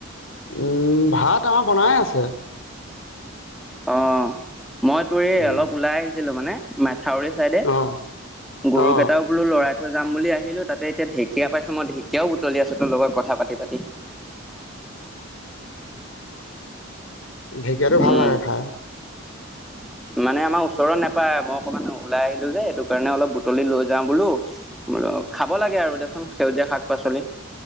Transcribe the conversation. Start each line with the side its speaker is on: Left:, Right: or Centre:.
Left: উম ভাত আমাৰ বনাই আছে।
Centre: অ' মই তোৰ এই
Left: উম
Centre: অলপ ওলাই আহিছিলোঁ মানে মে থাউৰে চাইডে
Left: অ
Centre: গৰু
Left: অ
Centre: কেইটাও বোলো লৰাই যাম বুলি আহিলোঁ তাতে এতিয়া ঢেকীয়া পাইছোঁ মই ঢেকীয়াও বুতলি আছোঁ তোৰ লগত কথা পাতি-পাতি।
Left: ঢেকীয়াতো ভাল
Centre: উম
Left: লাগে খাই।
Centre: মানে আমাৰ ওচৰত নেপায় মই অকণমান ওলাই আহিলো যে এইটো কাৰণে অলপ বুটলি লৈ যাওঁ বোলো। বোৰক খাব লাগে আৰু দেচোন সেউজীয়া শাক। পাচলি